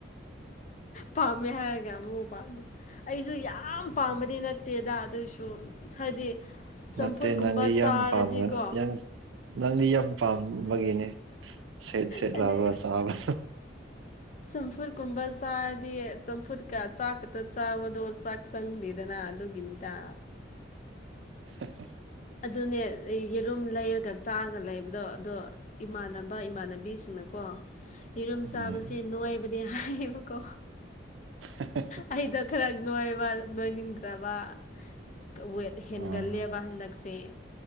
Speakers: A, on the left; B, on the right.
A: ꯄꯥꯝꯃꯦ ꯍꯥꯏꯔꯒ ꯑꯃꯨꯛ ꯄꯥꯝꯗꯦ ꯑꯩꯁꯨ ꯌꯥꯝ ꯄꯥꯝꯕꯗꯤ ꯅꯠꯇꯦ ꯇꯦꯗ ꯑꯗꯨꯑꯣꯏꯁꯨ ꯍꯥꯏꯗꯤ ꯆꯝꯐꯨꯠꯀꯨꯝꯕ
B: ꯅꯠꯇꯦ ꯅꯪꯗꯤ ꯌꯥꯝ
A: ꯆꯥꯔꯗꯤꯀꯣ꯫
B: ꯄꯥꯝꯕꯅ ꯌꯥꯝ ꯅꯪꯗꯤ ꯌꯥꯝ ꯄꯥꯝꯕꯒꯤꯅꯦ ꯁꯦꯠ ꯁꯦꯠ
A: ꯍꯥꯏꯗꯤ
B: ꯂꯥꯎꯔꯣ ꯆꯥ <unintelligible>
A: ꯆꯝꯐꯨꯠ ꯀꯨꯝꯕ ꯆꯥꯔꯗꯤ ꯆꯝꯐꯨꯠꯀ ꯆꯥꯛ ꯈꯛꯇ ꯆꯥꯕꯗꯣ ꯆꯥꯛ ꯆꯪꯗꯦꯗꯅ ꯑꯗꯨꯒꯤꯅꯤ ꯇ
B: ꯍ ꯍ
A: ꯑꯗꯨꯅꯦ ꯑꯩ ꯔꯨꯝ ꯂꯩꯔꯒ ꯆꯥꯔꯒ ꯂꯩꯕꯗꯣ ꯑꯗꯣ ꯏꯃꯥꯟꯅꯕ ꯏꯃꯥꯟꯅꯕꯤꯁꯤꯡꯅꯀꯣ ꯌꯦꯔꯨꯝ
B: ꯎꯝ
A: ꯆꯥꯕꯁꯦ ꯅꯨꯡꯣꯏꯕꯅꯦ ꯍꯥꯏꯌꯦꯕꯀꯣ
B: ꯍ
A: ꯑꯩꯗꯣ ꯅꯣꯏꯕ ꯅꯣꯏꯅꯤꯡꯗ꯭ꯔꯕ ꯀ ꯋꯦꯠ ꯍꯦꯟꯒꯠꯂꯦꯕ
B: ꯑꯣ
A: ꯍꯟꯗꯛꯁꯦ꯫